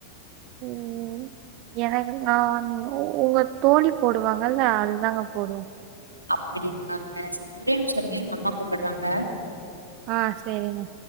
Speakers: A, on the right; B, on the right.
A: ம் எனக்கு நா உங்க தோழி போடுவாங்கல்ல அதுதாங்க போடுவ
B: அப்படிங்களாங்க ஒரே நிமிஷோ இருங்க எங்க அம்மா கூப்பிடறாங்க
A: ஆ சேரிங்க